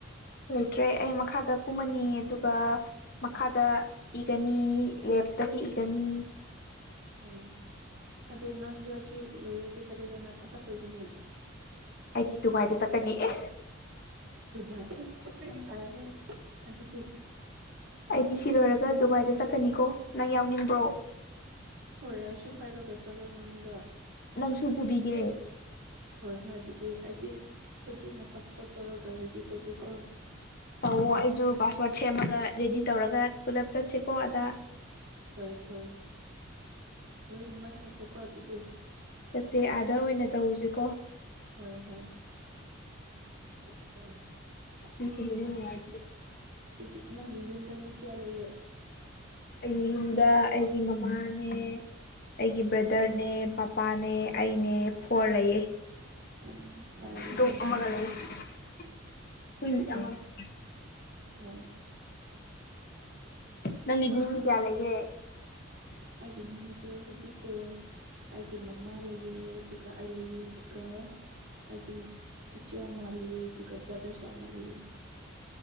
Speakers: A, on the left; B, on the right.
A: ꯂꯩꯇ꯭ꯔꯦ ꯑꯩ ꯃꯈꯥꯗ ꯀꯨꯝꯃꯅꯤ ꯑꯗꯨꯒ ꯃꯈꯥꯗ ꯏꯒꯅꯤ ꯂꯦꯞꯇꯒꯤ ꯏꯒꯅꯤ
B: ꯍꯣꯏ ꯑꯗꯨ ꯅꯪꯗꯣ ꯑꯁꯤ ꯂꯣꯏꯔꯗꯤ ꯀꯗꯥꯏꯗꯅ ꯊꯥꯕꯠꯇꯧꯒꯤꯅꯤ
A: ꯑꯩꯗꯤ ꯗꯨꯕꯥꯏꯗ ꯆꯠꯀꯅꯤ ꯏ
B: ꯑꯗꯨꯕꯥꯥꯏ ꯏꯁ ꯌꯥꯝ ꯐꯔꯦ ꯏꯁ ꯑꯗꯨꯗꯤ
A: ꯑꯩꯗꯤ ꯁꯤ ꯂꯣꯏꯔꯒ ꯗꯨꯕꯥꯏꯗ ꯆꯠꯀꯅꯤꯀꯣ ꯅꯪ ꯌꯥꯎꯅꯤꯡꯕ꯭ꯔꯣ
B: ꯍꯣꯏ ꯑꯩꯁꯨ ꯄꯥꯏꯔꯒ ꯆꯠꯂꯣꯏ ꯅꯪꯉꯣꯟꯗ
A: ꯅꯪꯁꯨ ꯄꯨꯕꯤꯒꯦ
B: ꯍꯣꯏ ꯍꯣꯏ ꯑꯗꯨꯗꯤ ꯑꯩꯗꯤ ꯍꯨꯖꯤꯛꯅ ꯄꯥꯁꯄꯣꯔꯠ ꯇꯧꯔꯒ ꯔꯦꯗꯤ ꯇꯧꯒꯦꯀꯣ
A: ꯇꯧꯋꫭ ꯑꯩꯁꯨ ꯄꯥꯁꯋꯥꯗ ꯁꯦꯝꯃꯒ ꯔꯦꯗꯤ ꯇꯧꯔꯒ ꯄꯨꯂꯞ ꯆꯠꯁꯤꯀꯣ ꯑꯗ
B: ꯍꯣꯏ ꯍꯣꯏ ꯂꯣꯏꯅꯃꯛ ꯆꯠꯁꯦꯀꯣ ꯑꯗꯨꯗꯤ
A: ꯆꯠꯁꯦ ꯑꯥꯗ ꯑꯣꯏꯅ ꯇꯧꯔꯨꯁꯤꯀꯣ
B: ꯍꯣꯏ ꯍꯣꯏ <inaudible>
A: <unintelligible>
B: ꯗꯤ ꯅꯪ ꯌꯨꯝꯗ ꯃꯤ ꯀꯌꯥ ꯂꯩꯌꯦ
A: ꯑꯩꯒꯤ ꯌꯨꯝꯗ ꯑꯩꯒꯤ ꯃꯃꯥꯅꯦ ꯑꯩꯒꯤ ꯕ꯭ꯔꯗꯔꯅꯦ ꯄꯄꯥꯅꯦ ꯑꯩꯅꯦ ꯐꯣꯔ ꯂꯩꯌꯦ
B: ꯑꯣ ꯐꯔꯦ
A: ꯗꯨꯛ ꯑꯃ ꯂꯩꯔꯝꯃꯤ ꯍꯨꯢ
B: ꯍꯣꯏ
A: ꯑꯃꯒ
B: ꯑꯣ
A: ꯅꯪꯒꯤꯗꯤ ꯃꯤ ꯀꯌꯥ ꯂꯩꯒꯦ
B: ꯑꯩꯒꯤ ꯃꯤꯗꯣ ꯍꯧꯖꯤꯛꯇꯣ ꯑꯩꯒꯤ ꯃꯃꯥ ꯂꯩꯑꯦ ꯑꯗꯨꯒ ꯑꯩ ꯂꯩꯑꯦ ꯑꯗꯨꯒ ꯑꯩꯒꯤ ꯏꯆꯦ ꯑꯃ ꯂꯩꯑꯦ ꯑꯗꯨꯒ ꯕ꯭ꯔꯗꯔꯁꯨ ꯑꯃ ꯂꯩꯑꯦ